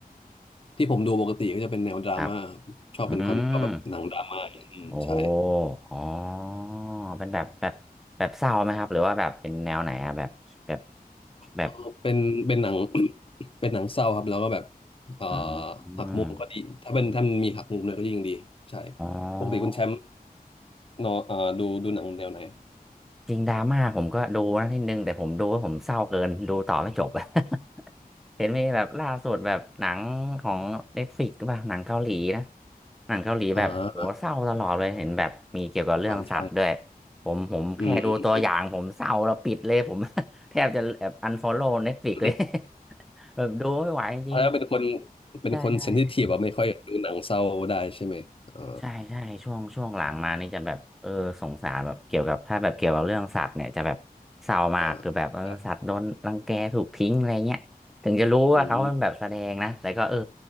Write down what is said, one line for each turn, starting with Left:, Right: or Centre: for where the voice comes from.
Left: <coughs> ที่ผมดูปกติก็จะเป็นแนวดราม่าครับชอบเป็นคนชอบแบบหนังดราม่าอืมใช่
Centre: ครับอืมโอ้โหอ๋อเป็นแบบแบบแบบเศร้าไหมครับหรือว่าแบบเป็นแนวไหนอะแบบแบบแบบ
Left: เอ่อเป็นเป็นหนัง <coughs> เป็นหนังเศร้าครับแล้วก็แบบเอ่อ
Centre: อื
Left: หักมุมก็ดีถ้าเป็นถ้ามันมีหักมุมเลยก็ยิ่งดีครับใช่
Centre: มอ๋อ
Left: ปกติคุณแชมป์เนอะเอ่อดูดูหนังแนวไหน
Centre: จริงดราม่าผมก็ดูนะนิดนึงแต่ผมดูว่าผมเศร้าเกินดูต่อไม่จบ <laughs> เห็นมีแบบล่าสุดแบบหนังของเน็ตฟลิกป่ะหนังเกาหลีนะหนังเกาหลีแบบโหเศร้าตลอดเลยเห็นแบบมีเกี่ยวกับเรื่องสัตว์ด้วย
Left: อ่าอ่า <coughs> ใช่
Centre: ผมผมแค่ดูตัวอย่างผมเศร้าแล้วปิดเลยผม
Left: อืม <coughs> อืมอ
Centre: <laughs> แทบจะแบบอันฟอลโล่เน็ตฟลิกเลย
Left: ืม
Centre: <laughs> แบบดูไม่ไหวจริง
Left: ถ้าเป็นคน
Centre: ๆใช่ใช่
Left: เป็นคนเซนซิทีฟอะไม่ค่อยดูหนังเศร้าได้ใช่ไหมเออ
Centre: ใช่ใช่ช่วงช่วงหลังมานี่จะแบบเออสงสารแบบเกี่ยวกับถ้าแบบเกี่ยวกับเรื่องสัตว์เนี่ยจะแบบเศร้ามากคือแบบเออสัตว์โดนรังแกถูกทิ้งอะไรเงี้ยถึงจะรู้ว่าเขาเป็นแบบแสดงนะแต่ก็เออ
Left: เออครับอืม